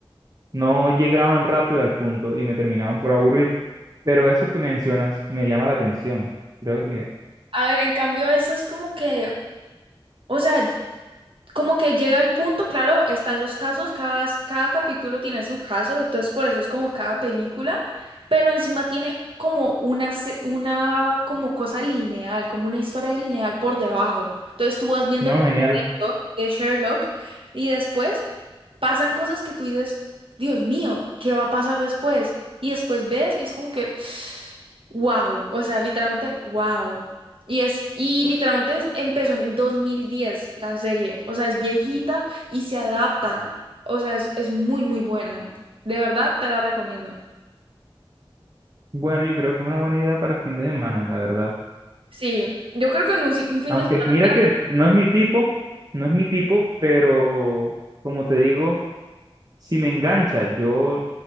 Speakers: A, on the right; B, on the right.
A: no llegaban rápido al punto y me terminaban por aburrir. Pero eso que mencionas me llama la atención. Creo que,
B: A ver, en cambio, eso es como que, o sea, como que llega el punto, claro, están los casos, cada, cada capítulo tiene su caso, entonces por eso es como cada película, pero encima tiene como una, se- una como cosa lineal, como una historia lineal por debajo. Entonces tú vas viendo
A: no,
B: el
A: genial.
B: de Sherlock y después pasan cosas que tú dices, Dios mío, ¿qué va a pasar después? Y después ves y es como que, wow, o sea, literalmente, wow. Y es, y literalmente es- empezó en 2010 la serie, o sea, es viejita y se adapta, o sea, es, es muy, muy buena. De verdad, te la recomiendo.
A: Bueno, yo creo que es una buena idea para fin de semana, la verdad.
B: Sí, yo creo que en un, si- un fin
A: Aunque,
B: de semana...
A: mira que no es mi tipo, no es mi tipo, pero como te digo, si me engancha, yo